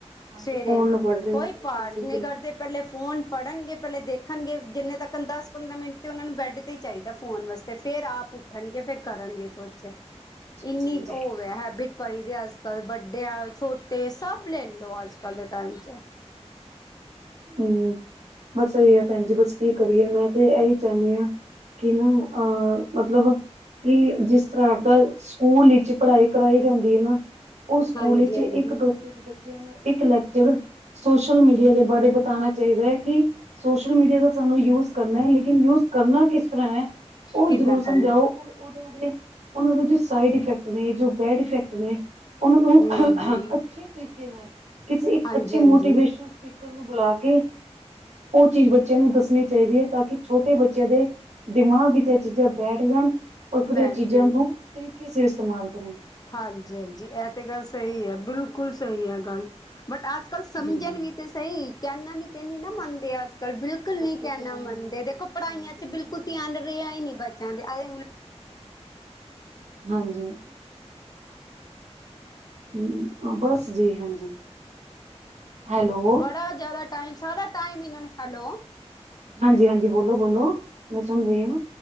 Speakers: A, on the right; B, on the left.
A: ਹਾਂਜੀ
B: ਸਵੇਰੇ
A: ਫੋਨ ਨੂੰ ਫੜਦੇ
B: ਕੋਈ
A: ਨੇ ਬਿਲਕੁਲ
B: ਪਾਠ
A: ਬਿਲਕੁਲ
B: ਨਹੀਂ ਕਰਦੇ ਪਹਿਲੇ ਫੋਨ ਫੜਨਗੇ ਪਹਿਲੇ ਦੇਖਣਗੇ ਜਿੰਨੇ ਤੱਕ ਦਸ ਪੰਦਰਾਂ ਮਿੰਟ ਤੇ ਉਹਨਾਂ ਨੂੰ ਬੈਡ ਤੇ ਹੀ ਚਾਹੀਦਾ ਫੋਨ ਵਾਸਤੇ ਫੇਰ ਆਪ ਉੱਠਣਗੇ ਫੇਰ ਕਰਨਗੇ ਕੁਛ।
A: ਹਾਂਜੀ
B: ਇੰਨੀ ਓ
A: ਹਾਂਜੀ
B: ਹੋ ਗਿਆ ਹੈਬਿੱਟ, ਪਈ ਦੇ ਅੱਜ ਕੱਲ ਵੱਡੇ ਆ ਛੋਟੇ ਸਭ ਲੈ ਲਓ ਅੱਜ ਕੱਲ ਦੇ। ਟਾਈਮ ਚ
A: ਹੂੰ, ਬਸ ਸਈ ਆ ਭੈਣ ਜੀ ਤੁਸੀਂ, ਕੀ ਕਰੀਏ ਮੈਂ ਤੇ ਇਹੀ ਚਾਹੁਣੀ ਆ। ਕਿ ਨਾ ਅਹ ਮਤਲਬ ਕਿ ਜਿਸ ਤਰ੍ਹਾਂ ਆਪਦਾ ਸਕੂਲ ਵਿੱਚ ਪੜ੍ਹਾਈ ਕਰਾਈ ਜਾਂਦੀ ਐ ਨਾ ਉਹ ਸਕੂਲ
B: ਹਾਂਜੀ
A: ਵਿੱਚ ਇੱਕ
B: ਹਾਂਜੀ
A: ਟੋਪਿਕ ਬੱਚਿਆਂ ਨੂੰ ਇੱਕ ਲੈਕ ਚਰ ਸੋਸ਼ਲ ਮੀਡੀਆ ਦੇ ਬਾਰੇ ਬਤਾਣਾ ਚਾਹੀਦਾ ਕਿ ਸੋਸ਼ਲ ਮੀਡੀਆ ਦਾ ਸਾਨੂੰ ਯੂਜ ਕਰਨਾ ਲੇਕਿਨ ਯੂਜ ਕਰਨਾ ਕਿਸ ਤਰ੍ਹਾਂ ਹੈ ਉਹ
B: ਕਿੱਦਾਂ
A: ਜ਼ਰੂਰ ਸਮਝਾਓ
B: ਕਰਨਾ
A: ਓਦੋਂ ਦੇ ਉਹਨਾਂ ਦੇ ਜੋ ਸਾਈਡ ਇਫੈਕਟ ਨੇ ਜੋ ਬੈਡ ਇਫੈਕਟ ਨੇ ਉਹਨੂੰ ਓਨੂੰ
B: ਹਮ ਹਮ
A: ਅੱਛੇ ਤਰੀਕੇ ਨਾਲ। ਕਿਸੇ ਇੱਕ
B: ਹਾਂਜੀ
A: ਅੱਛੇ ਮੋਟੀਵੇਸ਼ਨ
B: ਹਾਂਜੀ
A: ਸਪੀਕਰ ਨੂੰ ਬੁਲਾ ਕੇ ਉਹ ਚੀਜ਼ ਬੱਚਿਆਂ ਨੂੰ ਦੱਸਣੀ ਚਾਹੀਦੀ ਹੈ ਤਾਂ ਕਿ ਛੋਟੇ ਬੱਚਿਆਂ ਦੇ ਦਿਮਾਗ ਵਿੱਚ ਇਹ ਚੀਜ਼ਾਂ ਬੈਠ ਜਾਣ। ਔਰ ਫਿਰ
B: ਬੈਠ
A: ਇਹ ਚੀਜ਼ਾਂ
B: ਜਾਣ
A: ਨੂੰ ਤਰੀਕੇ ਸੇ ਇਸਤੇਮਾਲ ਕਰਨ।
B: ਹਾਂਜੀ ਹਾਂਜੀ ਇਹ ਤੇ ਗੱਲ ਸਹੀ ਆ। ਬਿਲਕੁਲ ਸਹੀ ਐ ਗੱਲ। ਬੱਟ ਅੱਜ ਕੱਲ ਸਮਝਣ
A: ਹੂੰ।
B: ਵੀ ਤੇ ਸਹੀ ਕਹਿਣਾ ਵੀ ਤੇ ਨਹੀਂ ਨਾ
A: ਹਾਂਜੀ
B: ਮੰਨਦੇ ਅੱਜ ਕੱਲ ਬਿਲਕੁਲ
A: ਬੱਚੇ
B: ਨੀ ਕਹਿਣਾ
A: ਨਹੀਂ
B: ਮੰਨ
A: ਮੰਨਦੇ
B: ਦੇਖੋ, ਪੜ੍ਹਾਈਆਂ
A: ਹਾਂਜੀ
B: ਚ ਬਿਲਕੁਲ
A: ਹਾਂਜੀ
B: ਧਿਆਨ
A: ਹਾਂਜੀ।
B: ਰਿਹਾ ਹੀ ਨਹੀਂ ਬੱਚਿਆਂ ਦੇ <unintelligible>
A: ਹਾਂਜੀ ਜ ਬਸ ਜੀ ਹਾਂਜੀ ਹੈਲੋ
B: ਬੜਾ ਜ਼ਿਆਦਾ ਟਾਈਮ ਸਾਰਾ ਟਮ ਇਹਨਾਂ ਨੇ ਹੈਲੋ
A: ਹਾਂਜੀ ਹਾਂਜੀ ਬੋਲੋ ਬੋਲੋ ਮੈਂ ਸੁਣ ਰਹੀ ਹਾਂ।